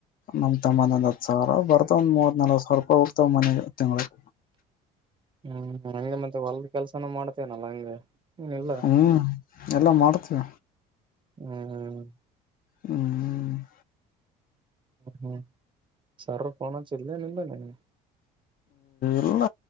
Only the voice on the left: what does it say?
ನಮ ತಮ್ಮಂದ ಒಂದ ಹತ್ತು ಸಾವಿರ, ಬರ್ತಾವ ಒಂದ ಮೂವ್ತನಲ್ವತ ಸಾವಿರ ರೂಪಾಯಿ. ಹ್ ಬರ್ತವ ಮನೆಗೆ ತಿಂಳಿಗೆ.
ಹ್ಮ್ ಎಲ್ಲ ಮಾಡ್ತೀವಿ.
ಹ್ಮ್ <inaudible>
ಇಲ್ಲ